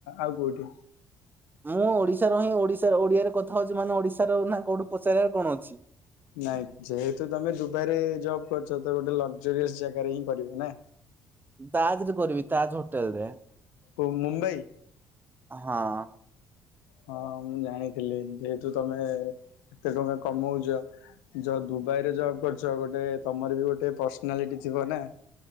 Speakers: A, on the left; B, on the right.
A: ଆଉ କୋଉଠି?
B: ମୁଁ ଓଡିଶାର ହିଁ ଓଡିଶାର ଓଡିଆରେ କଥା ହଉଛି ମାନେ ଓଡିଶାର ନା କୋଉଠୁ ପଚାରିଆର କଣ ଅଛି?
A: ନାଇଁ ଯେହେତୁ ତମେ ଦୁବାଇରେ ଜବ୍ କରୁଛ ତ ଗୋଟେ ଲଗ ଜୋରିଅସ୍ ଜାଗାରେ ହିଁ କରିବ ନା
B: ତାଜ୍ ରେ କରିବି ତାଜ ହୋଟେଲ ରେ।
A: ଓ ମୁମ୍ବାଇ
B: ହଁ
A: ହଁ ମୁଁ ଜାଣିଥିଲି ଯେହେତୁ ତମେ କେତେ ଟଙ୍କା କମଉଛ ଯ ଦୁବାଇରେ ଜବ୍ କରୁଛ ଗୋଟେ ତମର ବି ଗୋଟେ ପର୍ସନାଲିଟି ଥିବ ନା